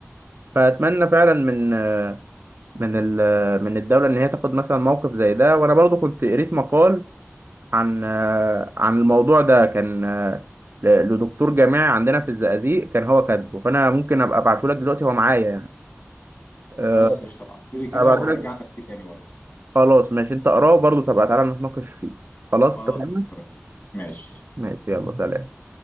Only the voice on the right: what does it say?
فاتمنى فعلا من من ال... من الدولة ان هي تاخد مثلا موقف زي ده وانا برضو كنت قريت مقال عن عن الموضوع ده كان ل- لدكتور جامعي عندنا في الزقازيق كان هو كاتبه فانا ممكن ابقى ابعته لك دلوقتي هو معايا يعني أه،
هبعتهولك
خلاص ماشي انت اقراه برضه تبقى تعالى نتناقش فيه خلاص
اتفقنا
ماشي يلا سلام